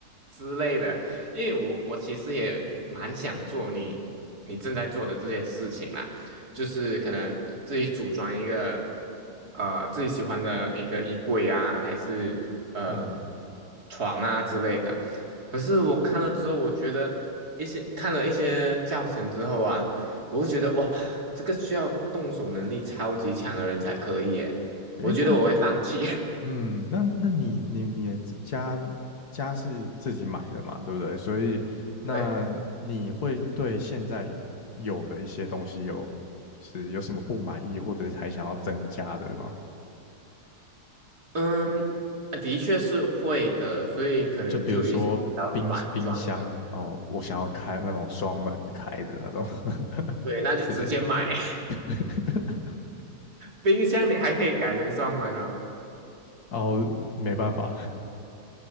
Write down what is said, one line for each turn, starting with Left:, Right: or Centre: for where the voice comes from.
Right: 之类的，因为我我其实也蛮想做你你正在做的这些事情啦。就是可能自己组装一个呃自己喜欢的一个衣柜啊，还是呃
Left: 嗯，
Right: 床啊之类的。可是我看了之后，我觉得一些看了一些教程之后啊，我会觉得哇，这个需要动手能力超级强的人才可以耶。
Left: 诶，
Right: 我觉得我会放弃。
Left: 那
Right: <laughs>
Left: 嗯，那那你你你的自家家是自己买的嘛，对不对？所以那你会对现在有的一些东西有就是有什么不满意，
Right: 对，
Left: 或者是还想要增加的吗？
Right: 嗯，啊的确是会的，所以可能就有一些
Left: 就比如说冰冰箱哦，
Right: 反装的。
Left: 我想要开那种双门开的那种
Right: 对，
Left: <laughs>
Right: 那就直接买。
Left: 之类的，
Right: <laughs>
Left: <laughs>
Right: 冰箱你还可以改成双门哦。
Left: 然后没办法，